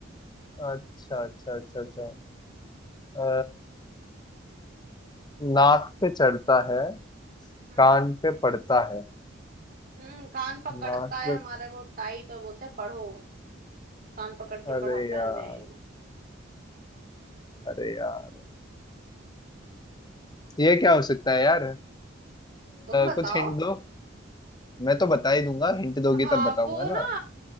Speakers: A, on the left; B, on the right.
A: अच्छा अच्छा अच्छा अच्छा अ, नाक पे चढ़ता है
B: हम्म
A: कान पे पड़ता है
B: हम्म कान पकड़ता
A: नाक
B: है
A: पे
B: हमारे वो टाइट और बोलते हैं पढ़ो कान पकड़ के
A: अरे
B: पढ़ाता
A: यार
B: है हमें
A: अरे यार ये क्या हो सकता है यार अ,
B: तुम बताओ
A: कुछ हिंट दो मैं तो बता ही दूंगा हिंट दोगी
B: आ,
A: तब बताऊंगा
B: वो ना
A: ना